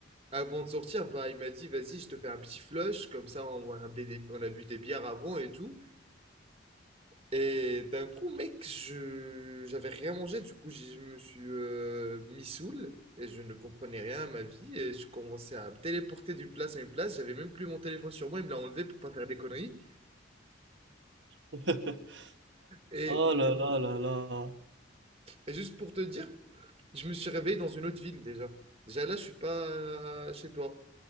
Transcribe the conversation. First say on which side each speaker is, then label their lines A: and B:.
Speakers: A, on the right (about 30°); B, on the right (about 65°).
A: Avant de sortir, bah, il m'a dit, vas-y, je te fais un petit flush, comme ça, on, on a bu des on a bu des bières avant et tout. Et d'un coup, mec, je j'avais rien mangé, du coup, je me suis euh, mis saoul et je ne comprenais rien à ma vie et je commençais à me téléporter d'une place à une place. J'avais même plus mon téléphone sur moi, il me l'a enlevé pour pas faire des conneries.
B: <laughs>
A: Et,
B: Oh là là là là.
A: et juste pour te dire, je me suis réveillé dans une autre ville déjà. Déjà là, je suis pas euh, chez toi.